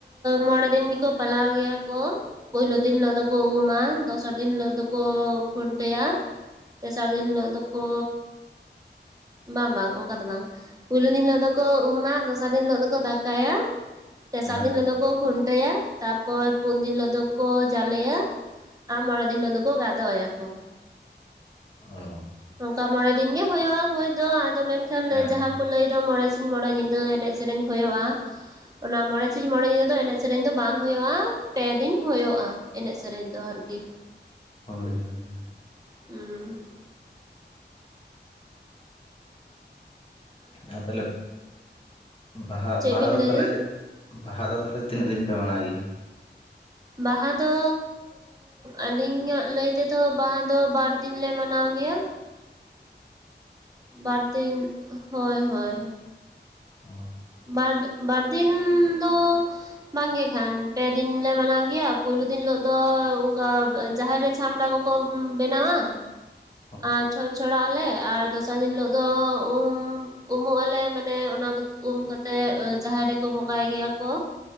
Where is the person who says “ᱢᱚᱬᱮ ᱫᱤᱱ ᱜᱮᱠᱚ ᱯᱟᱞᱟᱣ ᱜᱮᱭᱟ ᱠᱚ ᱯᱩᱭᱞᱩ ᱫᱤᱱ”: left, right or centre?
Right